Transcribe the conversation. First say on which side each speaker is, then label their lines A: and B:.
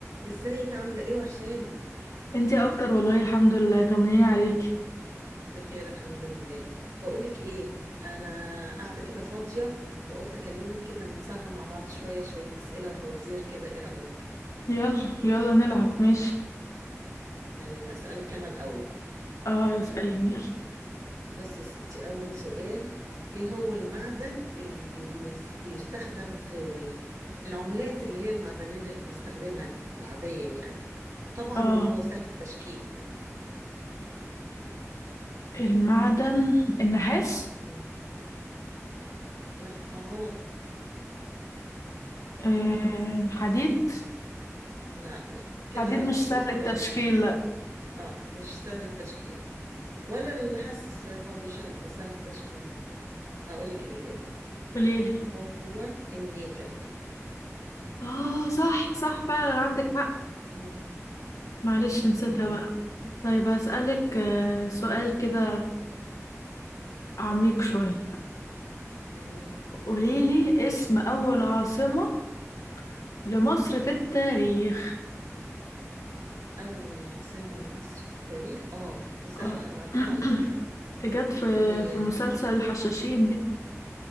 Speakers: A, on the right (about 85°); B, on the left (about 80°).
A: ازيك عاملة ايه وحشاني
B: انتي اكتر والله الحمد لله طمنيني عليك
A: بخير الحمد لله بقولك ايه انا قاعدة كده فاضية وقلت اكلمك كده نتسلى مع بعض شوية شوية اسئلة وفوازير كده ايه رأيك
B: يلا يلا نلعب ماشي
A: تمام اسألك انا الاول بقى
B: اه اسأليني يلا
A: بصي يا ستي اول سؤال ايه هو المعدن اللي بنس... بيستخدم في العملات اللي هي المعدنية اللي بنستخدمها العادية يعني وطبعا
B: اه
A: هو سهل التشكيل يعني
B: المعدن النحاس
A: مم. لا آه، غلط
B: آه
A: غلط
B: الحديد
A: لا لا كده
B: حديد مش
A: فرصتك
B: سهل التشكيل
A: خلاص
B: لا
A: اه مش سهل التشكيل ولا النحاس برضو سهل سهل التشكيل هقول لك الإجابة
B: قوليلي
A: هو النيكل
B: اه صح صح فعلا عندك حق
A: مم.
B: معلش نسيتها
A: تمام
B: بقى طيب هسألك آه سؤال كده عميق شوية
A: مم.
B: قوليلي اسم أول عاصمة لمصر في التاريخ
A: أول عاصمة لمصر في التاريخ اه دي سهلة
B: اه
A: أنا عارفاها على فكرة
B: <clears throat> جت في
A: هي
B: في مسلسل الحشاشين دي